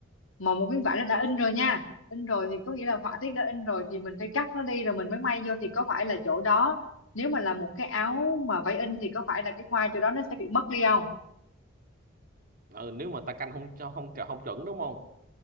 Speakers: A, on the left; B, on the right.
A: mà một miếng vải nó đã in rồi nha in rồi thì có nghĩa là họa tiết đã in rồi thì mình phải cắt nó đi rồi mình mới may vô thì có phải là chỗ đó nếu mà là một cái áo mà vải in thì có phải là cái hoa chỗ đó nó sẽ bị mất đi không
B: Ừ, nếu mà ta canh không cho không không chuẩn đúng không?